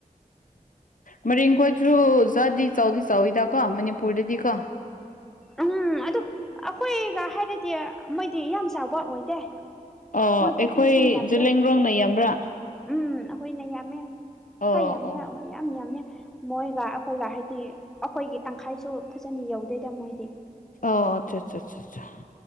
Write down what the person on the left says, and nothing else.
ꯃꯔꯤꯡ ꯀꯣꯏꯁꯨ ꯆꯗꯤ ꯆꯧꯗꯤ ꯆꯧꯏꯗ ꯀꯣ ꯃꯅꯤꯄꯨꯔꯗꯗꯤ ꯀꯣ
ꯑꯣ
ꯑꯩꯈꯣꯏ
ꯖꯤꯂꯤꯡꯔꯣꯡꯅ ꯌꯥꯝꯕ꯭ꯔꯥ
ꯑꯣ
ꯑꯣ
ꯑꯣ ꯑꯆꯥ ꯑꯆꯥ ꯑꯆꯥ